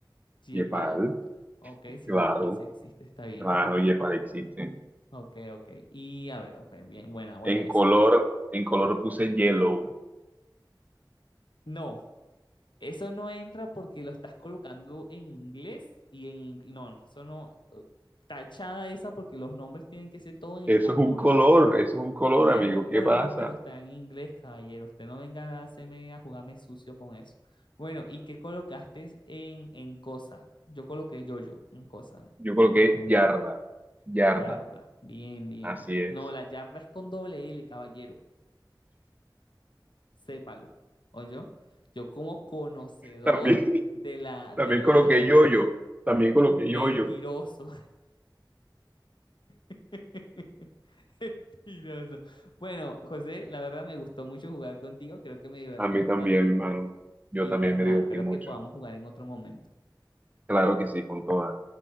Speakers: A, on the left (about 70°); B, on the right (about 20°).
A: Yepal.
B: Yepal.
A: Ok, si
B: Claro,
A: Yepal sí existe, está bien,
B: claro,
A: listo.
B: yepa existe.
A: Ok, ok. Y a ver, ok, bien, buena, buena
B: En color,
A: esa.
B: en color puse yellow.
A: No, eso no entra porque lo estás colocando en inglés y en... ing- No, eso no... eh, Tachada esa porque los nombres tienen que ser todo en español.
B: Eso es un color, eso es un color,
A: Sí
B: amigo.
A: es un
B: ¿Qué
A: color,
B: pasa?
A: pero está en inglés, caballero. Usted no venga a hacerme a jugarme sucio con eso. Bueno, ¿y qué colocaste en, en cosa? Yo coloqué yo-yo en cosa.
B: Yo coloqué
A: ¿Qué colocaste
B: yarda,
A: tú?
B: yarda,
A: Yarda. Bien, bien,
B: así
A: bien.
B: es.
A: No, la yarda es con doble L, caballero. Sépalo. yo Yo como conocedor
B: También,
A: de
B: <laughs>
A: la,
B: también
A: de
B: coloqué
A: la...
B: yoyo, también coloqué
A: Mentiroso.
B: yoyo.
A: <laughs> Mentiroso. Bueno, José, la verdad me gustó mucho jugar contigo. Creo que me divertí
B: A mí
A: bastante.
B: también, mano. Yo
A: Y
B: también
A: pues
B: me
A: nada,
B: divertí
A: espero
B: mucho.
A: que podamos jugar en otro momento.
B: Claro que sí, con todas.